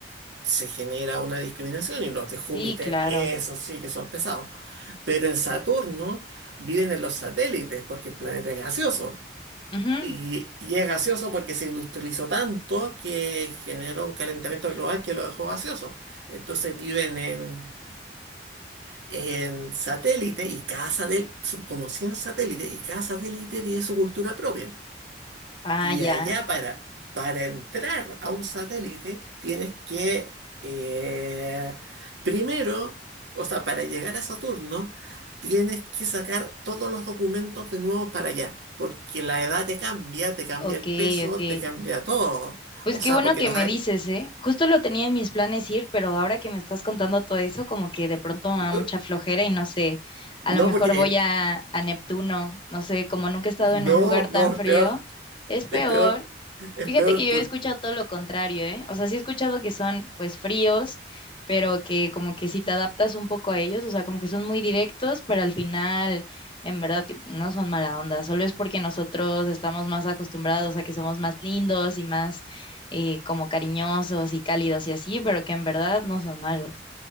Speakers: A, on the right (about 85°); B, on the left (about 30°).
A: se genera una discriminación y los de Júpiter,
B: Sí, claro.
A: esos sí que son pesados. Pero en Saturno viven en los satélites porque el planeta es gaseoso.
B: Ujú.
A: Y, y es gaseoso porque se industrializó tanto que generó un calentamiento global que lo dejó gaseoso. Entonces viven en, en satélites y cada satélite, son como 100 satélites y cada satélite tiene su cultura propia.
B: Ah,
A: Y
B: ya.
A: allá para, para entrar a un satélite tienes que, eh, primero, o sea, para llegar a Saturno, tienes que sacar todos los documentos de nuevo para allá, porque la edad te cambia, te cambia
B: Ok,
A: el peso,
B: ok.
A: te cambia todo.
B: Pues
A: O
B: qué
A: sea,
B: bueno
A: porque
B: que
A: los
B: me
A: hay
B: dices, ¿eh? Justo lo tenía en mis planes ir, pero ahora que me estás contando todo eso, como que de pronto me da
A: <gasps>
B: mucha flojera y no sé, a
A: No,
B: lo mejor
A: porque...
B: voy
A: eh,
B: a, a Neptuno, no sé, como nunca he estado
A: no,
B: en un lugar tan
A: no, es
B: frío,
A: peor,
B: es peor.
A: es peor, es
B: Fíjate
A: peor,
B: que yo
A: porque...
B: he escuchado todo lo contrario, ¿eh? O sea, sí he escuchado que son pues fríos, pero que como que si te adaptas un poco a ellos, o sea, como que son muy directos, pero al final en verdad que no son mala onda, solo es porque nosotros estamos más acostumbrados a que somos más lindos y más eh, como cariñosos y cálidos y así, pero que en verdad no son malos